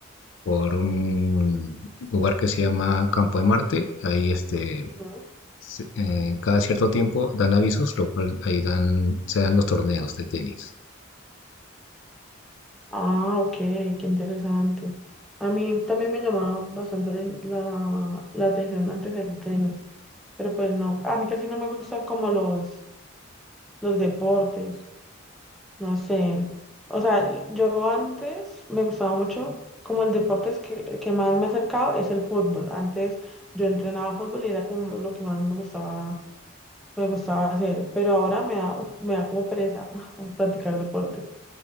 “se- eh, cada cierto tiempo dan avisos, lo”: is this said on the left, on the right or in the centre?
Left